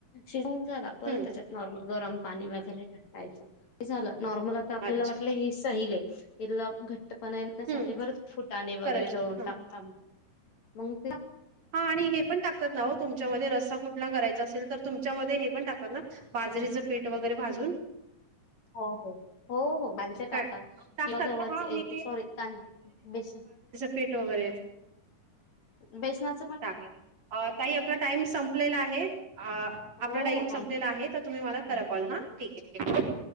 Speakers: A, on the left; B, on the right.
A: शिजवून झाला परत
B: हम्म
A: त्याच्यात नॉर्मल गरम पाणी वगैरे टाकायचं, हे झालं नॉर्मल आता आपल्याला
B: अच्छा
A: वाटलं हे सैलए तिल्ला घट्टपणा येण्यासाठी
B: हम्म
A: परत फुटाणे वगैरे
B: खरंच
A: दळून
B: हं
A: टाकता मंग
B: हा आणि हे पण टाकतात ना ओ तुमच्यामध्ये रस्सा कुठ ला करायचा असेल तर तुमच्या मध्ये हे पण टाकतात ना, बाजरीचं पीठ वगैरे भाजून?
A: हो हो हो हो बाजरीचं टाकतात,
B: काय टाकतात
A: किंवा गव्हाचं
B: ना हा मी
A: ए ते सॉरी तांद बेसन
B: पीट वगैरे
A: बेसना
B: चालेल. अ ताई आपला टाइम संपलेला आहे, आ आपला
A: हो
B: टाईम
A: हो
B: संपलेला
A: थँक्यू
B: आहे त तुम्ही मला
A: हो
B: करा कॉल हां. ठीके ठीके ठीके.